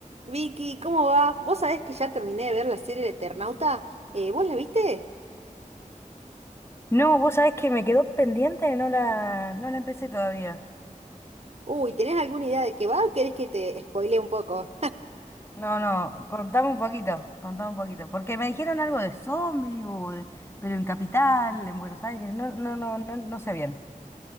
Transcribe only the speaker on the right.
Vicky, ¿cómo va? Vos sabés que ya terminé de ver la serie El Eternauta. Eh, ¿vos la viste?
Uy, ¿tenés alguna idea de qué va o querés que te spoile un poco?